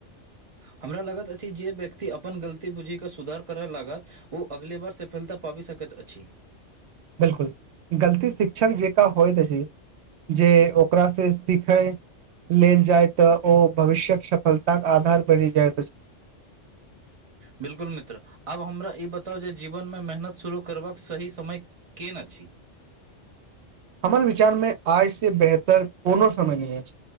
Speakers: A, on the right; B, on the right.
A: हमरा लागैत अछि जे व्यक्ति अपन गलती बूझीके सुधार करय लागत। आ अगले बार सफलता पाबि सकैत अछि
B: बिल्कूल गलती शिक्षक जेका होइत छै जे ओकरा से सिखै। लेल जाय तऽ ओ भविष्य्यक सफलताक के आधार बनि जाय
A: बिल्कूल मित्र आब हमरा ई बताउ जे जीवन मे मेहनत शुरू करबाक सही समय केना अछि।
B: हमर विचार मे आइ से बेहतर कोनो समय नहि अछि